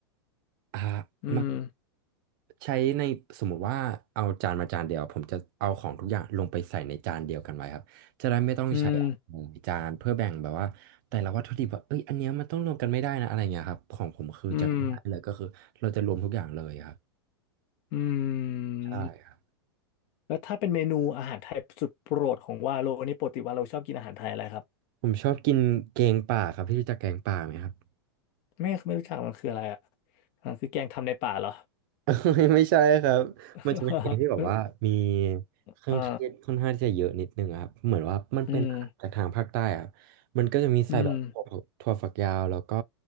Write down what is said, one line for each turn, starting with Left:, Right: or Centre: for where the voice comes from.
Right: อ่า
Left: อืม
Right: มักใช้ในสมมุติว่าเอาจานมาจานเดียวผมจะเอาของทุกอย่างลงไปใส่ในจานเดียวกันไว้ครับจะได้ไม่ต้องใช้หลายจานเพื่อแบ่งแบบว่าแต่ละวัตถุดิบว่าเอ้ยอันเนี้ยมันต้องรวมกันไม่ได้นะอะไรเงี้ยครับของผมคือจะง่ายเลยก็คือเราจะรวมทุกอย่างเลยครับ
Left: อืมอืมอื
Right: ใช่ครับ
Left: มแล้วถ้าเป็นเมนูอาหารไทยสุดโปรดของวาโลนี่ปกติวาโลชอบกินอาหารไทยอะไรครับ
Right: ผมชอบกินแกงป่าครับพี่รู้จักแกงป่าไหมครับ
Left: ไม่ไม่รู้จักมันคืออะไรอะอ่าคือแกงทำในป่าเหรอ
Right: <laughs> เอ้ยไม่ใช่ครับมันจะเป็นเพลงที่แบบว่ามี
Left: <laughs> เออ
Right: เครื่องเทศค่อนข้างที่จะเยอะนิดนึงอะครับเหมือนว่ามันเป็นจากทางภาคใต้อะครับมันก็จะมีใส่แบบถั่วถั่วฝักยาวแล้วก็
Left: อ่าอืมอืม